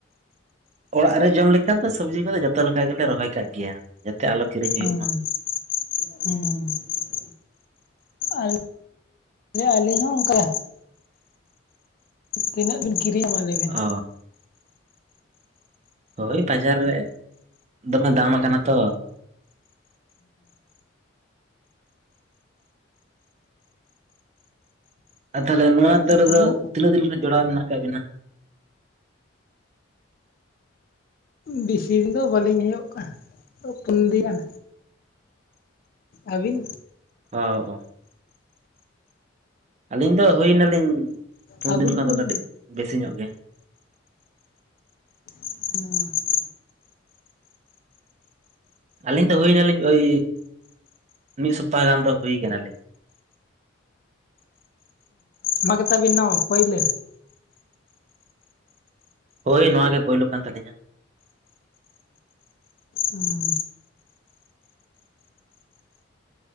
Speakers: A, on the right (about 35°); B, on the left (about 45°).
A: ᱚᱲᱟᱜ ᱨᱮ ᱡᱚᱢ ᱞᱮᱠᱟ ᱫᱚ ᱥᱚᱵᱽᱡᱤ ᱠᱚᱫᱚ ᱡᱚᱛᱚ ᱞᱮᱠᱟ ᱜᱮᱞᱮ ᱨᱚᱦᱚᱭ ᱠᱟᱜ ᱜᱮᱭᱟ ᱡᱟᱛᱮ ᱟᱞᱚ ᱠᱤᱨᱤᱧ
B: ᱦᱩᱸ
A: ᱦᱩᱭᱩᱜ ᱢᱟ ᱾
B: ᱦᱩᱸ ᱟᱞᱮ ᱟᱹᱞᱤᱧ ᱦᱚᱸ ᱚᱱᱠᱟ᱾ ᱛᱤᱱᱟᱹᱜ ᱵᱤᱱ ᱠᱤᱨᱤᱧᱟ ᱢᱟ ᱟᱞᱟᱹᱭ ᱵᱤᱱ᱾
A: ᱚ ᱦᱳᱭ ᱵᱟᱡᱟᱨ ᱨᱮ ᱫᱚᱢᱮ ᱫᱟᱢ ᱟᱠᱟᱱᱟ ᱛᱚ᱾ ᱟᱨ ᱛᱟᱦᱚᱞᱮ ᱱᱚᱣᱟ ᱫᱷᱟᱨᱮ
B: ᱵᱩᱞᱩᱝ
A: ᱫᱚ ᱛᱤᱱᱟᱹᱜ ᱫᱤᱱ ᱠᱷᱱᱟᱜ ᱡᱚᱲᱟᱣ ᱢᱮᱱᱟᱜ ᱟᱠᱟᱟᱜ ᱵᱮᱱᱟ᱾
B: ᱵᱤᱥᱤ ᱫᱤᱱ ᱫᱚ ᱵᱟᱹᱞᱤᱧ ᱦᱩᱭᱩᱜ ᱠᱟᱱᱟ ᱯᱩᱱ ᱫᱤᱱ ᱜᱟᱱ᱾ ᱟᱹᱵᱤᱱ
A: ᱚ ᱻᱚ ᱟᱹᱞᱤᱧ ᱫᱚ ᱦᱩᱭ ᱱᱟᱞᱤᱧ ᱯᱩᱱ
B: ᱟᱹᱵᱤᱱ
A: ᱫᱤᱱ ᱠᱷᱚᱱ
B: ᱛᱤᱱ
A: ᱫᱚ ᱠᱟᱹᱴᱤᱡ ᱵᱮᱥᱤ ᱧᱚᱜ ᱜᱮ᱾
B: <unintelligible>
A: ᱟᱹᱞᱤᱧ ᱫᱚ ᱦᱩᱭ ᱱᱟᱞᱤᱧ ᱳᱭ ᱢᱤᱫ ᱥᱚᱯᱛᱟᱦᱚ ᱜᱟᱱ ᱫᱚ ᱦᱩᱭ ᱠᱟᱱᱟᱞᱤᱧ᱾
B: ᱱᱚᱣᱟ ᱜᱮᱛᱟᱵᱤᱱ ᱱᱟᱣᱟ ᱯᱚᱭᱞᱚ᱾
A: ᱦᱳᱭ ᱱᱚᱶᱟ ᱜᱮ ᱯᱳᱭᱞᱳ ᱠᱟᱱ ᱛᱟᱹᱞᱤᱧᱟ᱾
B: ᱩᱸ